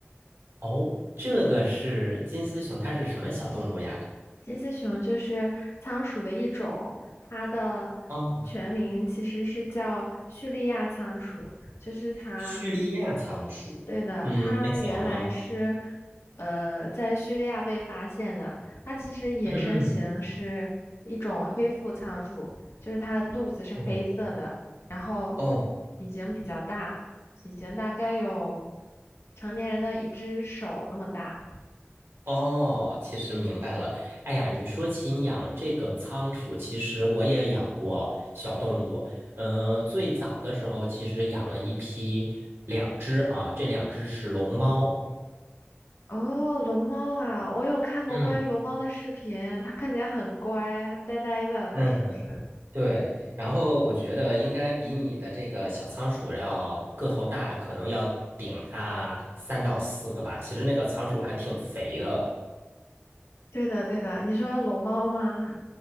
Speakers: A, on the right; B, on the left.
A: 哦，这个是金丝熊，它是什么小动物呀？
B: 金丝熊就是仓鼠的一种，它的
A: 哦，
B: 全名其实是叫叙利亚仓鼠，就是它
A: 叙利亚仓鼠。
B: 对的，
A: 嗯，
B: 它原来是
A: 很小吗？
B: 呃在叙利亚被发现的。它其实野生型是一种黑腹仓鼠，
A: 嗯，
B: 就是它的肚子是黑色的，
A: 哦
B: 然后
A: 哦
B: 体型比较大，体型大概有成年人的一只手那么大。
A: 哦，其实明白了。哎呀，你说起养这个仓鼠，其实我也养过小动物。呃，最早的时候，其实养了一批，两只啊，这两只是龙猫。
B: 哦，龙猫啊，我有看过关于龙猫的视频，
A: 嗯。
B: 它看起来很乖，呆呆的，
A: 嗯，
B: 是不是？
A: 对，然后我觉得应该比你的这个小仓鼠要个头大，可能要顶它三到四个吧。其实那个仓鼠还挺肥的。
B: 对的，对的，你说龙猫吗？